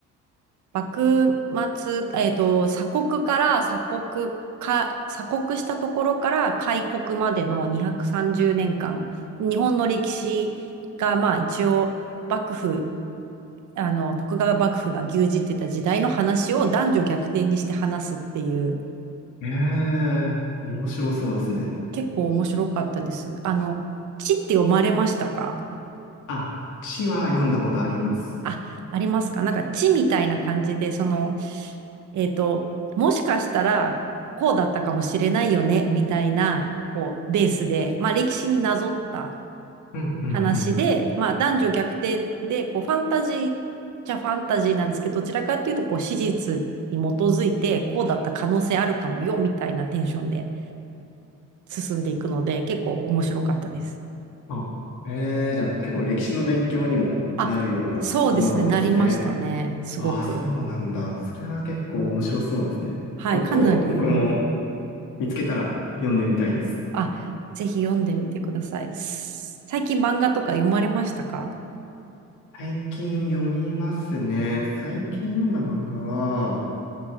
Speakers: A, on the right (about 75°); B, on the left (about 90°).
A: 幕末、えっと、鎖国から鎖国か、鎖国したところから開国までの230年間、日本の歴史が、まあ一応、幕府、あの、徳川幕府が牛耳ってた時代の話を男女逆転にして話すっていう、
B: ええ、面白そうですね。
A: 結構面白かったです。あの、地って読まれましたか
B: あ、地は読んだことあります。
A: あ、ありますかなんか地みたいな感じで、その、えっと、もしかしたらこうだったかもしれないよね、みたいな、こう、ベースで、まあ歴史になぞった
B: うんうんうん。
A: 話で、まあ男女逆転で、こう、ファンタジーっちゃファンタジーなんですけど、どちらかっていうと、こう、史実に基づいて、こうだった可能性あるかもよ、みたいなテンションで進んでいくので、結構面白かったです。
B: あえー、じゃあ結構歴史の勉強にもなるようなものなんですね。
A: あ、そうですね、なりましたね、すごく。
B: ああ、そうなんだ。それは結構面白そうですね。
A: はい、
B: ちょっと僕も
A: かなり
B: 見つけたら読んでみたいです。
A: あ、ぜひ読んでみてください。す最近漫画とか読まれましたか
B: 最近読みますね。最近読んだ漫画は、